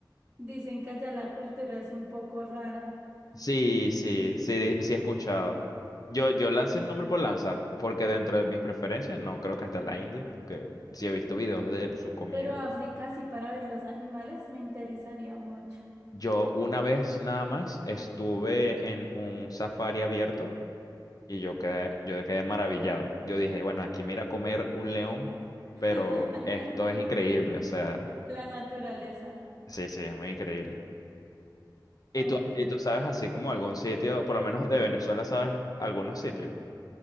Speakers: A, on the right; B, on the left.
A: dicen que allá la cultura es un poco rara.
B: Sí, sí, sí, sí he escuchado. Yo, yo lancé el nombre por lanzar, porque dentro de mis preferencias no creo que hasta la India, porque sí he visto videos de su comida.
A: Pero África, sí, para ver los animales me interesaría mucho.
B: Yo una vez nada más estuve en un safari abierto y yo quedé, yo quedé maravillado. Yo dije, bueno, aquí mira comer un león,
A: <laughs>
B: pero esto es increíble, o sea,
A: La naturaleza.
B: sí, sí, es muy increíble. ¿Y
A: Ok.
B: tú, y tú sabes así como algún sitio, por lo menos de Venezuela, sabes algunos sitios?